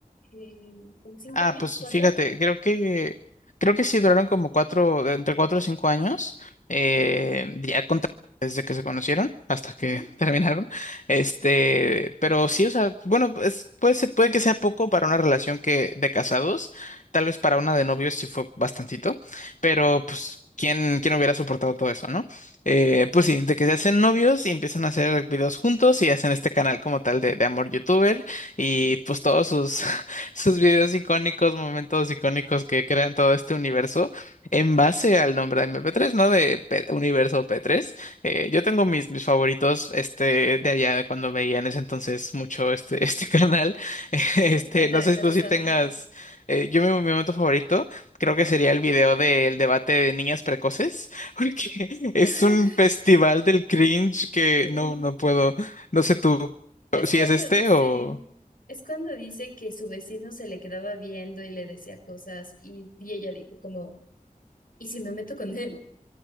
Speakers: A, on the left; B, on the left.
A: eh, ¿como cinco
B: Ah,
A: años?
B: pues
A: ¿Cuatro?
B: fíjate, creo que creo que sí duraron como cuatro, de entre cuatro o cinco años, eh,
A: Ujú,
B: ya con- desde que se conocieron hasta que
A: ujú.
B: <laughs> terminaron. Este, pero sí, o sea, bueno, es- puede ser- puede que sea poco para una relación que de casados, tal vez para una de novios sí fue bastantito, pero pues quién, quién hubiera soportado todo eso, ¿no? Eh,
A: Sí,
B: pues sí, de que se hacen novios y empiezan a hacer videos juntos y hacen este canal como tal de, de amor youtuber y pues todos sus <laughs> sus videos icónicos, momentos icónicos que crean todo este universo en base al nombre de MP3, ¿no? De P- Universo P3. Eh, yo tengo mis, mis favoritos, este, de allá, de cuando veía en ese entonces mucho este, <laughs> este canal. <laughs>
A: sí,
B: Este,
A: cuéntame
B: no sé
A: cuáles
B: si tú sí
A: son.
B: tengas, eh, yo mi, mi momento favorito creo que sería el video del debate de niñas precoces, <laughs> porque es
A: <laughs>
B: un festival del cringe que
A: Sí.
B: no, no puedo, no sé tú
A: Es
B: si
A: cuando
B: es este
A: dice,
B: o...
A: es cuando dice que su vecino se le quedaba viendo y le decía cosas, y, y ella dijo como, ¿y si me meto con él?